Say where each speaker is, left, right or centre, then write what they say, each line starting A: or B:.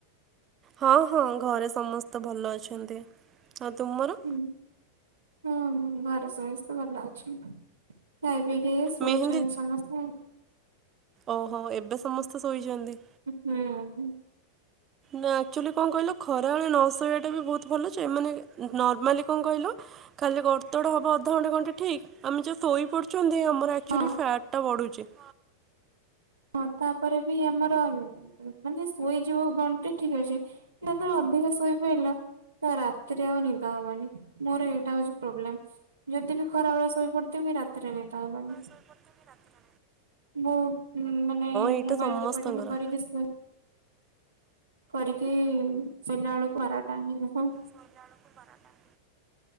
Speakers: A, on the right; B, on the right.
A: ହଁ ହଁ ଘରେ ସମସ୍ତେ ଭଲ ଅଛନ୍ତି ଆଉ ତୁମର?
B: ହୁଁ ହଁ ହଁ ଘରେ ସମସ୍ତେ ଭଲ ଅଛନ୍ତି ଖାଇ ପିଇକି ଶୋଇଛନ୍ତି
A: ମେହେନ୍ଦୀ
B: ସମସ୍ତେ।
A: ଓହୋ ଏବେ ସମସ୍ତେ ଶୋଇଛନ୍ତି।
B: ହୁଁ।
A: ନା ଆକ୍ଚୁଆଲି କଣ କହିଲ ଖରାବେଳେ ନ ଶୋଇବାଟା ବି ବହୁତ ଭଲ ଯେ ମାନେ ନର୍ମାଲି କଣ କହିଲ? ଖାଲି ଗଡ ତଡ ହବ ଅଧ ଘଣ୍ଟେ ଠିକ୍ ଆମେ ଯଉଁ ଶୋଇ ପଡୁଛନ୍ତି ଆମର, ଆକ୍ଚୁଆଲି
B: ହଁ।
A: ଫ୍ୟା୍ଟା ବଢୁଛି।
B: ହଁ ତାପରେ ବି ଆମର ମାନେ ଶୋଇଯିବ ଘଣ୍ଟେ ଠିକ୍ ଅଛି, ତାପରେ ଅଧିକ ଶୋଇ ପାଇ ଲ। ରାତିରେ ଆଉ ନିଦ ହବନି ମୋର ଏଇଟା ହଉଛି ପ୍ରୋବ୍ଲେମ, ଯଦି ବି ଖରାବେେଳେ ସୋଇ ପଡି ତେବେ ବି ରାତିରେ ନେଦ ହବନି।
A: ଶୋଇପଡ଼ିଛନ୍ତି ନା!
B: ବହୁତ ମାନେ
A: ଏଇଟା
B: ମୋବାଇଲ୍
A: ସମସ୍ତଙ୍କର
B: ଟିପା ଟିପି କରିକି, ଶୋଇ କରିକି ସୋଇଲା ବେଳକୁ ବାରଟା ହେଇଯାଏ।
A: ଶୋଇଲା ବେଳକୁ ବାରଟା।